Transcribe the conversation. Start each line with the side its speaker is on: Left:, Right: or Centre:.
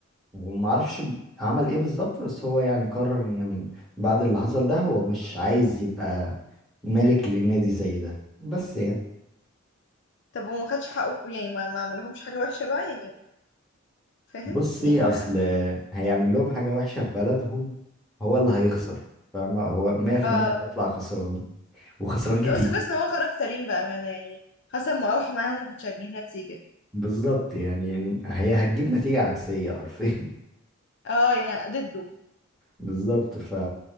Centre: وما اعرفش عمل ايه بالظبط بس هو يعني قرر ان بعد اللي حصل ده هو مش عايز يبقى مالك للنادي زي ده بس يعني
Left: طب وما خدش حقه يعني ما ما عملهمش حاجة وحشة بقى يعني فاهم
Centre: بصي
Left: يعني
Centre: اصل
Left: ما
Centre: هيعمل لهم حاجه وحشه في بلدهم هو اللي هيخسر فاهمه هو 100%
Left: اه
Centre: هيطلع خسران وخسران كتير
Left: لا بس كويس ان هو خرج سليم بأمانة يعني حسب ما اوحى معاهم ما كانتش هتجيب نتيجة
Centre: بالظبط يعني هي هتجيب نتيجه عكسيه حرفيا
Left: اه يعني ضده
Centre: <laughs> بالظبط ف